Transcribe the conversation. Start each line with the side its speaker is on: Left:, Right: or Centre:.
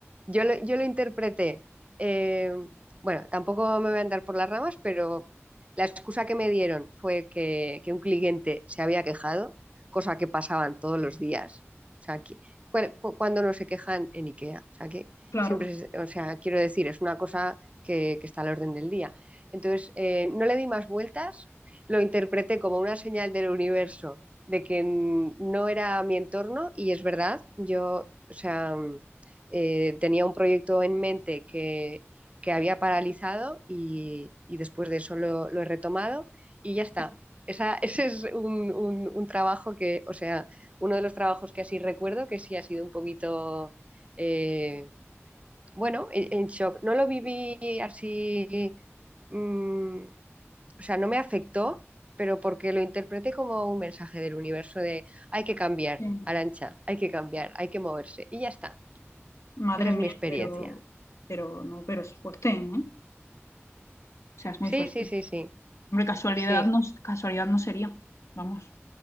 Right: yo lo, yo lo interpreté. eh, bueno, tampoco me voy a andar por las ramas, pero la excusa que me dieron fue que, que un cliente se había quejado, cosa que pasaban todos los días. O sea, que- cu- cu- cuando no se quejan en IKEA. O sea, que
Left: claro,
Right: siempre, es- o sea, quiero decir, es una cosa que, que está al orden del día. Entonces, eh, no le di más vueltas, lo interpreté como una señal del universo de que mm, no era mi entorno y es verdad, yo o sea, mm, eh, tenía un proyecto en mente que, que había paralizado y, y después de eso lo, lo he retomado y ya está.
Left: sí,
Right: Esa, <laughs> ese es un, un- un trabajo que, o sea, uno de los trabajos que así recuerdo que sí ha sido un poquito, eh, bueno, en, en shock. No lo viví así, mm, o sea, no me afectó, pero porque lo interpreté como un mensaje del universo de hay que cambiar,
Left: sí.
Right: Arancha, hay que cambiar, hay que moverse y ya está.
Left: Madre
Right: Esa es
Left: mía,
Right: mi experiencia.
Left: pero, pero no, pero es fuerte, ¿eh? O sea, es muy
Right: Sí,
Left: fuerte.
Right: sí, sí, sí,
Left: Hombre, casualidad
Right: sí.
Left: no, casualidad no sería. Vamos.